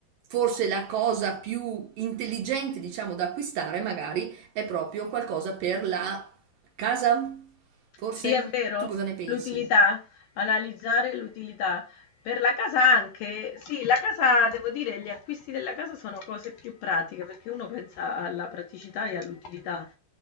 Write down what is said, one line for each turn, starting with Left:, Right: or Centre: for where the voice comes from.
Right: forse la cosa più intelligente, diciamo, da acquistare magari è proprio qualcosa per la casa. Forse
Left: Sì, è vero,
Right: tu cosa ne pensi?
Left: l'utilità, analizzare l'utilità. Per la casa anche, sì, la casa, devo dire, gli acquisti della casa sono cose più pratiche, perché uno pensa alla praticità e all'utilità